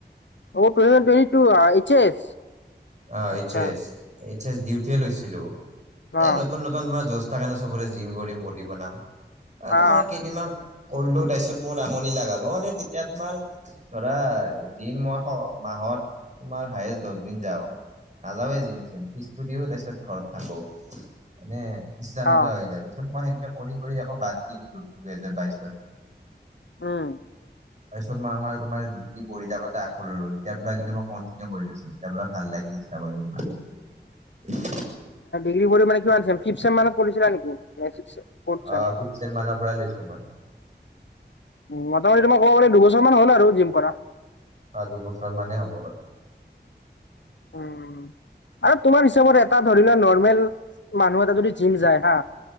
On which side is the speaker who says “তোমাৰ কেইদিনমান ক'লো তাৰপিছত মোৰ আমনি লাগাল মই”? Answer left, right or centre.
Right